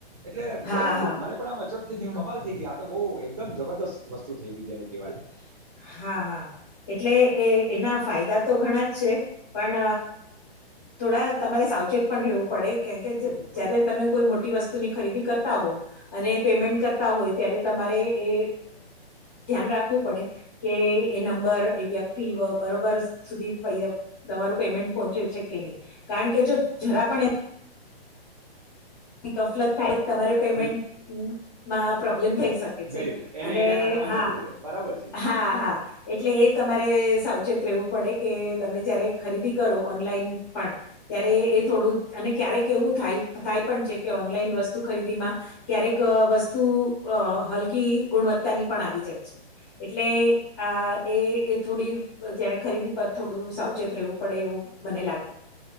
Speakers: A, on the right; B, on the left.
A: એટલે
B: હા
A: બઉુ
B: હા
A: મને પણ આમ અચરત થઈ
B: હમ
A: ગઈ કમાલ થઈ ગઈ, આ તો બહુ એકદમ જબરદસ્ત વસ્તુ. થઈ ગઈ જેને કહેવાય
B: હા, હા એટલે એ એના ફાયદા. તો ઘણા જ છે, પણ થોડા તમારે સાવચેત. પણ રહેવું પડે કેમ કે
A: જરૂર
B: જયારે
A: પડે
B: તમે કોઈ મોટી વસ્તુ ની ખરીદી કરતા હોય. અને પેમેન્ટ કરતા હોય ત્યારે તમારે એ. ધ્યાન રાખવું પડે કે એ નંબર એ વ્યક્તિ બરોબર સુધી. મારું પેમેન્ટ પહોંચ્યું છે, કે નહી કારણ કે જો જરા પણ એ કફલત થાય તમારે પેમેન્ટમાં
A: હમ
B: પ્રોબ્લેમ થઈ ગઈ. છે,
A: ગયું એને
B: અને
A: એના ખાતામાં
B: હા,
A: જતું રહે બરાબર છે
B: હા, હા. એટલે એ તમારે સાવચેત રહેવું પડે કે તમે જયારે ખરીદી કરો ઓનલાઈન પણ. ત્યારે એ થોડું અને ક્યારેક એવું થાય થાય પણ. કે ઓનલાઈન વસ્તુ ખરીદી માં ક્યારેક વસ્તુ હલકી ગુણવત્તા ની પણ. આવી જાય છે. એટલે આ એ થોડી જયારે ખરીદી પર થોડું સાવચેત રહેવું પડે એવું. મને લાગે.